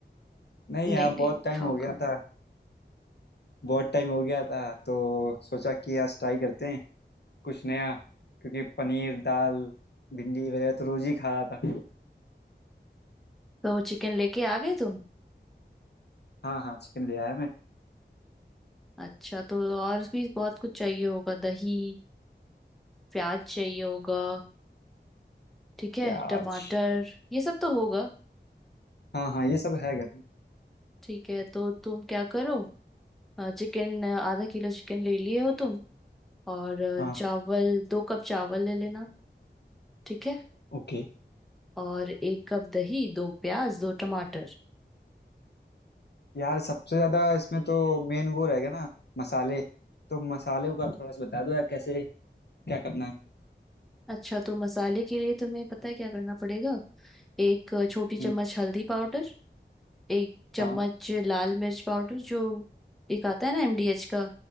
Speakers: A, on the left; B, in the centre.
A: नहीं
B: नहीं
A: यार
B: नहीं
A: बहुत
B: नहीं,
A: टाइम
B: खाओ
A: हो गया
B: खाओ
A: था बहुत टाइम हो गया था तो सोचा कि आज ट्राई करते हैं कुछ नया क्योंकि पनीर दाल भिंडी वगैरह तो रोज ही खा रहा था
B: तो चिकन लेके आ गए तुम
A: हाँ हाँ चिकन ले आया मैं
B: अच्छा तो और भी बहुत कुछ चाहिए होगा दही प्याज चाहिए होगा ठीक है
A: प्याज
B: टमाटर ये सब तो होगा
A: हाँ हाँ ये सब है घर में
B: ठीक है तो तुम क्या करो चिकन आधा किलो चिकन ले लिए हो तुम और अ,
A: हाँ
B: चावल दो कप चावल ले लेना ठीक है
A: ओके
B: और एक कप दही दो प्याज दो टमाटर
A: यार सबसे ज्यादा इसमें तो मेन वो रहेगा ना मसाले तो मसाले का थोड़ा सा बता दो यार कैसे क्या करना है
B: अच्छा तो मसाले के लिए तुम्हें पता है क्या करना पड़ेगा एक छोटी चम्मच
A: हम्म,
B: हल्दी पाउडर एक चम्मच
A: हाँ
B: लाल मिर्च पाउडर जो एक आता है ना एमडीएच का